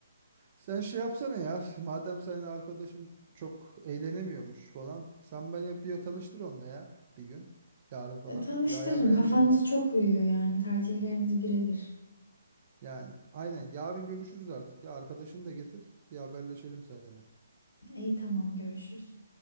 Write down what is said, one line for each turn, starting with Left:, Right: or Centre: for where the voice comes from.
Right: Sen şey yapsana ya. Madem senin arkadaşın çok eğlenemiyormuş falan. Sen beni bir tanıştır onunla ya bir gün. Yarın falan.
Left: E, tanıştırırım
Right: Bir ayarlayalım
Left: kafanız
Right: onu.
Left: çok uyuyor yani tercihleriniz birebir.
Right: Yani aynen yarın görüşürüz artık. Ya arkadaşını da getir. Bir haberleşelim seninle.
Left: İyi tamam görüşürüz.